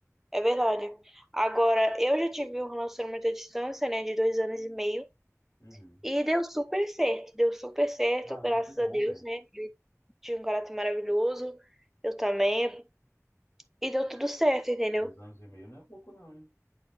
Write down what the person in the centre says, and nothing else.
é verdade. Agora, eu já tive um relacionamento à distância, né, de dois anos e meio.
E deu super certo, deu super certo,
graças
a Deus,
né? Ele tinha um caráter maravilhoso, eu também. E deu tudo certo, entendeu?